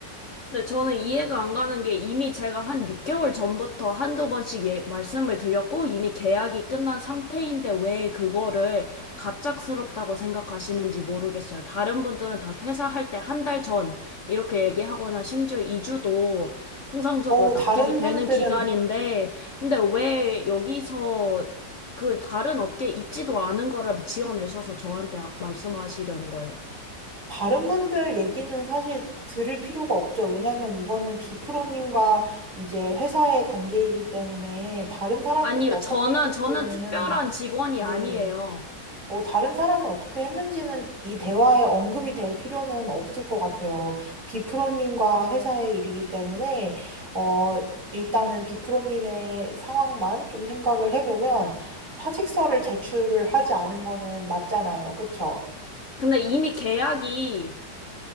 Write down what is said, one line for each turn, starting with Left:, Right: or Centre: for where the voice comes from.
Left: 근데 저는 이해가 안 가는 게 이미 제가 한 6개월 전부터 한두 번씩 예, 말씀을 드렸고 이미 계약이 끝난 상태인데 왜 그거를 갑작스럽다고 생각하시는지 모르겠어요. 다른 분들은 다 퇴사할 때 한 달 전 이렇게 얘기하거나 심지어 2주도 통상적으로
Right: 어,
Left: 납득이
Right: 다른
Left: 되는
Right: 분들은
Left: 기간인데 근데 왜 여기서 그 다른 업계에 있지도 않은 거를 지어내셔서 저한테 아, 말씀하시려는 거예요?
Right: 다른 분들 얘기는 사실 들을 필요가 없죠. 왜냐하면 이거는 비프로님과 이제 회사의 관계이기 때문에 다른 사람들이
Left: 아니요,
Right: 어떻게
Left: 저는
Right: 했는지는,
Left: 저는 특별한 직원이
Right: 네.
Left: 아니에요.
Right: 어, 다른 사람이 어떻게 했는지는 이 대화에 언급이 될 필요는 없을 것 같아요. 비프로님과 회사의 일이기 때문에, 어, 일단은 비프로님의 상황만 좀 생각을 해보면 사직서를 제출을 하지 않은 거는 맞잖아요. 그쵸?
Left: 근데 이미 계약이,